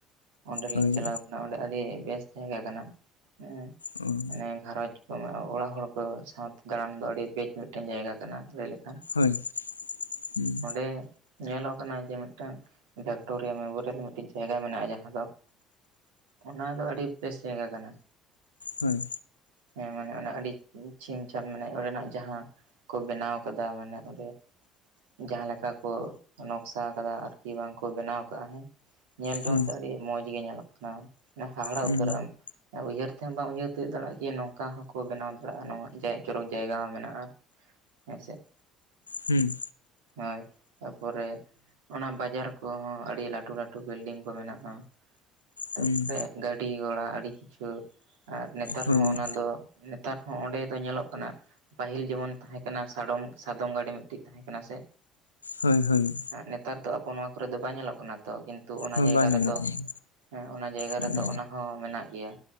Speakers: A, on the right; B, on the left.
A: ᱚᱸᱰᱮᱞᱤᱧ
B: ᱦᱳᱭ
A: ᱪᱟᱞᱟᱣ ᱠᱟᱱᱟ ᱚᱸᱰᱮ ᱟᱹᱰᱤ ᱵᱮᱥ ᱡᱟᱭᱜᱟ ᱠᱟᱱᱟ ᱦᱩᱸ
B: ᱚ
A: ᱢᱟᱱᱮ ᱜᱷᱟᱨᱚᱸᱧᱚᱡ ᱚᱲᱟᱜ ᱦᱚᱲ ᱠᱚ ᱥᱟᱶᱛᱮ ᱫᱟᱬᱟᱱ ᱫᱚ ᱟᱹᱰᱤ ᱵᱡᱽ ᱢᱤᱫᱴᱮᱱ ᱡᱟᱭᱜᱟ ᱠᱟᱱᱟ ᱞᱟᱹᱭ ᱞᱮᱠᱷᱟᱱ᱾
B: ᱦᱳᱭ ᱦᱩᱸ᱾
A: ᱨᱮ ᱧᱮᱞᱚᱜ ᱠᱟᱱᱟ ᱡᱮ ᱢᱤᱫᱴᱟᱝ ᱵᱷᱮᱠᱴᱳᱨᱤᱭᱟ ᱢᱮᱢᱳᱨᱤᱭᱟᱞ ᱢᱤᱫᱴᱤᱡ ᱡᱟᱭᱜᱟ ᱢᱮᱱᱟᱜᱼᱟ ᱡᱟᱦᱟᱸ ᱫᱚ ᱚᱱᱟ ᱫᱚ ᱟᱹᱰᱤ ᱵᱮᱥ ᱡᱟᱭᱜᱟ ᱠᱟᱱᱟ᱾
B: ᱦᱳᱭ᱾
A: ᱦᱮᱸ ᱢᱟᱱᱮ ᱚᱱᱟ ᱟᱹᱰᱤ ᱪᱷᱤᱢ ᱪᱷᱟᱢ ᱢᱮ ᱚᱸᱰᱮᱱᱟᱜ ᱡᱟᱦᱟᱸ ᱠᱚ ᱵᱮᱱᱟᱣ ᱠᱟᱫᱟ ᱢᱟᱱᱮ ᱚᱸᱰᱮ ᱡᱟᱦᱟᱸ ᱞᱮᱠᱟ ᱠᱚ ᱱᱚᱠᱥᱟ ᱠᱟᱫᱟ ᱟᱨᱠᱤ ᱵᱟᱝ ᱠᱚ ᱵᱮᱱᱟᱣ ᱠᱟᱫᱟ ᱦᱮᱸ ᱧᱮᱞ ᱡᱚᱝ
B: ᱦᱮᱸ
A: ᱛᱮ ᱟᱹᱰᱤ ᱢᱚᱸᱡᱽ ᱜᱮ ᱧᱮᱞᱚᱜ ᱠᱟᱱᱟ, ᱚᱱᱮ ᱦᱟᱦᱟᱲᱟ
B: ᱩᱸ ᱩᱸ
A: ᱩᱛᱟᱹᱨᱚᱜᱼᱟᱢ᱾ ᱩᱭᱦᱟᱹᱨ ᱛᱮᱦᱚᱸ ᱵᱟᱢ ᱩᱭᱦᱟᱹᱨ ᱛᱤᱭᱳᱜ ᱫᱟᱲᱮᱭᱟᱜᱼᱟ ᱠᱤ ᱱᱚᱝᱠᱟ ᱦᱚᱸᱠᱚ ᱵᱮᱱᱟᱣ ᱫᱟᱲᱮᱭᱟᱜᱼᱟ ᱱᱚᱣᱟ ᱡᱟᱭ ᱪᱚᱨᱚᱠ ᱡᱟᱭᱜᱟ ᱦᱚᱸ ᱢᱮᱱᱟᱜᱼᱟ᱾ ᱦᱮᱸ ᱥᱮ᱾
B: ᱦᱩᱸ᱾
A: ᱦᱳᱭ ᱛᱟᱯᱚᱨᱮ ᱚᱱᱟ ᱵᱟᱡᱟᱨ ᱠᱚᱦᱚᱸ ᱟᱹᱰᱤ ᱞᱟᱹᱴᱩ ᱞᱟᱹᱴᱩ ᱵᱤᱞᱰᱤᱝ ᱠᱚ ᱢᱮᱱᱟᱜᱼᱟ᱾ ᱛᱟᱨᱯᱚᱨᱮ
B: ᱩᱸ
A: ᱜᱟᱹᱰᱤ ᱜᱷᱚᱲᱟ ᱟᱹᱰᱤ ᱠᱤᱪᱷᱩ ᱟᱨ ᱱᱮᱛᱟᱨ
B: ᱦᱳᱭ
A: ᱦᱚᱸ ᱚᱱᱟ ᱫᱚ ᱱᱮ ᱛᱟᱨ ᱦᱚᱸ ᱚᱸᱰᱮ ᱫᱚ ᱧᱮᱞᱚᱜ ᱠᱟᱱᱟ ᱯᱟᱹᱦᱤᱞ ᱡᱮᱢᱚᱱ ᱛᱟᱦᱮᱸ ᱠᱟᱱᱟ ᱥᱟᱰᱚᱢ ᱥᱟᱫᱚᱢ ᱜᱟᱹᱰᱤ ᱢᱤᱫᱴᱮᱱ ᱛᱟᱦᱮᱸ ᱠᱟᱱᱟ ᱥᱮ?
B: ᱦᱳᱭ ᱦᱳᱭ᱾
A: ᱱᱮᱛᱟᱨ ᱫᱚ ᱟᱵᱚ ᱱᱚᱣᱟ ᱠᱚᱨᱮ ᱫᱚ ᱵᱟᱭ ᱧᱮᱞᱚᱜ ᱠᱟᱱᱟ᱾ ᱛᱚ ᱠᱤᱱᱛᱩ ᱚᱱᱟ
B: ᱦᱳᱭ
A: ᱡᱟᱭᱜᱟ
B: ᱵᱟᱝ ᱧᱮᱞᱚᱜ
A: ᱨᱮᱫᱚ
B: ᱠᱟᱱᱟ
A: ᱦᱮᱸ ᱚᱱᱟ ᱡᱟᱭᱜᱟ
B: ᱩᱸ
A: ᱨᱮᱫᱚ ᱚᱱᱟᱦᱚᱸ ᱢᱮᱱᱟᱜ ᱜᱮᱭᱟ᱾